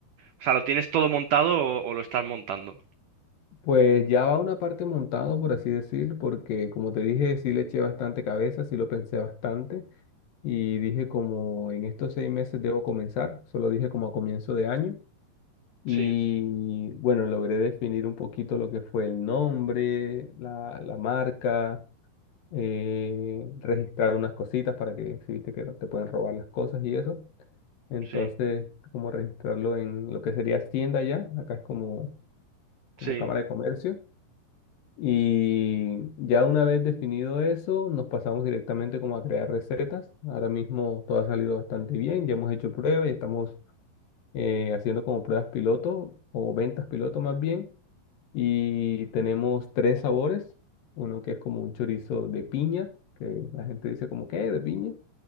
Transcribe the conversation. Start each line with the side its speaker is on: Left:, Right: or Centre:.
Right: o sea, lo tienes todo montado o, o lo estás montando.
Left: Pues ya va una parte montado, por así decir, porque como te dije, sí le eché bastante cabeza, sí lo pensé bastante. y dije como en estos seis meses debo comenzar, solo dije como a comienzo de año y
Right: Sí,
Left: bueno, logré definir un poquito lo que fue el nombre, la, la marca, eh, registrar unas cositas para que si viste que no te pueden robar las cosas y eso, entonces
Right: sí,
Left: como registrarlo en lo que sería tienda ya, acá es como, como
Right: sí.
Left: Cámara de Comercio. Y ya una vez definido eso, nos pasamos directamente como a crear recetas. Ahora mismo todo ha salido bastante bien, ya hemos hecho pruebas y estamos eh, haciendo como pruebas piloto o ventas piloto más bien. Y tenemos tres sabores, uno que es como un chorizo de piña, que la gente dice como, ¿qué? ¿De piña?